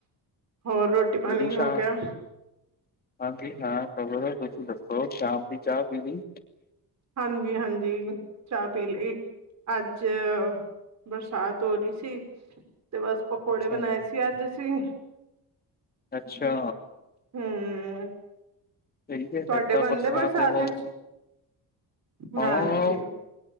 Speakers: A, on the right (about 45°); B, on the left (about 25°).
A: ਹੋਰ। ਪਾਣੀ
B: ਜਲੀਸ਼ਾ?
A: ਹੋ ਗਿਆ?
B: ਹਾਂਜੀ, ਹਾਂ। ਪਰ ਓਹ ਤੁਸੀਂ ਦੱਸੋ ਸ਼ਾਮ ਦੀ ਚਾਹ ਪੀਲੀ।
A: ਹਾਂਜੀ- ਹਾਂਜੀ ਚਾਹ ਪੀ ਲਈ। ਅੱਜ ਬਰਸਾਤ ਹੋ ਰਹੀ ਸੀ ਤੇ ਬਸ ਪਕੌੜੇ
B: ਅੱਛਾ
A: ਬਣਾਏ ਸੀ ਅੱਜ ਅਸੀਂ।
B: ਅੱਛਾ।
A: ਹਮ।
B: ਸਹੀ ਹੈ
A: ਤੁਹਾਡੇ
B: ਫਿਰ ਤਾਂ
A: ਬਣਦੇ ਆ ਬਰਸਾਤ
B: ਮੌਸਮ
A: ਦੇ ਵਿੱਚ।
B: ਹਾਂ
A: ਨਾਂਜੀ।